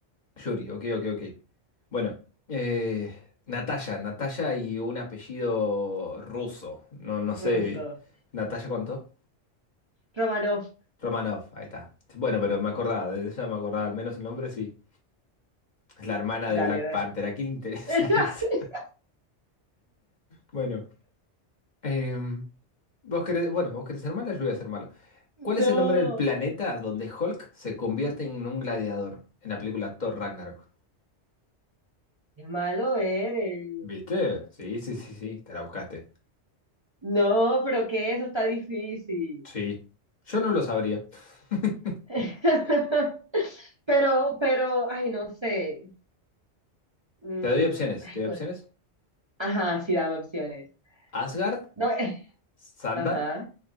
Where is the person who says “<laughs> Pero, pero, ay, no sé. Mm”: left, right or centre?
Right